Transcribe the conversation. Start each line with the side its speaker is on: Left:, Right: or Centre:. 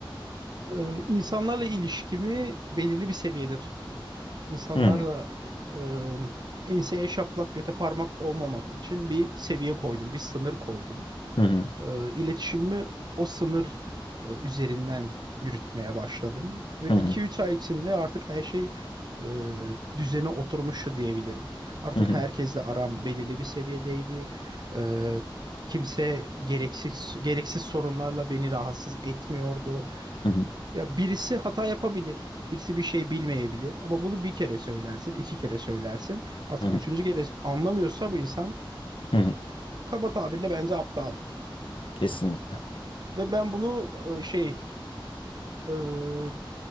Right: Ee, insanlarla ilişkimi belirli bir seviyede tuttum. İnsanlarla
Left: Hı
Right: e, ıı, enseye şaplak göte parmak olmamak için bir seviye koydum, bir sınır koydum.
Left: hı hı
Right: e, iletişimimi o sınır e, üzerinden yürütmeye başladım. Ve
Left: hı
Right: iki
Left: hı
Right: üç ay içinde artık her şey e, düzene oturmuştu diyebilirim. Artık
Left: hı hı
Right: herkesle aram belirli bir seviyedeydi. E, kimse gereksiz gereksiz sorunlarla beni rahatsız etmiyordu.
Left: hı hı
Right: Ya birisi hata yapabilir. Birisi bir şey bilmeyebilir ama bunu bir kere söylersin, iki kere söylersin. Artık
Left: hı
Right: üçüncü kere anlamıyorsa bu insan
Left: hı hı.
Right: kaba tabirle bence aptaldır.
Left: Kesinlikle.
Right: Ve ben bunu e, şey e,